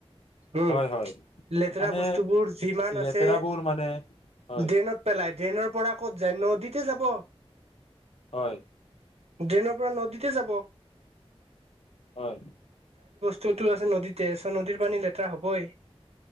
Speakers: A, on the right (about 75°); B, on the left (about 65°).
A: উম,
B: হয় হয়
A: লেতেৰা
B: মানে
A: বস্তুবোৰ যিমান
B: লেতেৰাবোৰ
A: আছে
B: মানে হয়
A: ড্ৰেইনত পেলাই ড্ৰেইনৰ পৰা ক'ত যায় নদীত কে যাব।
B: হয়।
A: ড্ৰেইনৰ পৰা নদীতে যাব।
B: হয়।
A: চতু আছে নদীতে, চ' নদীৰ পানী লেতেৰা হ'বই।